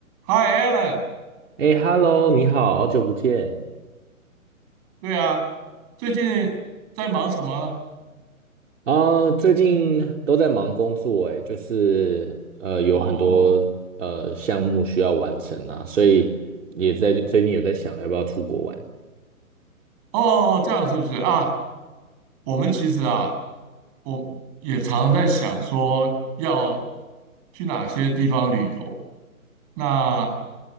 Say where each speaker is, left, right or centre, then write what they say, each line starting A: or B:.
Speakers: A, on the right; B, on the right.
A: Hi Alan，
B: 哎，Hello，你好，好久不见
A: 对啊，最近在忙什么呢？
B: 啊！最近都在忙工作，哎，就是呃，有很多呃项目需要完成啊，
A: 哦
B: 所以也在最近有在想要不要出国玩。
A: 哦，哦这样是不是啊？我们其实啊，我也常在想说要去哪些地方旅游。那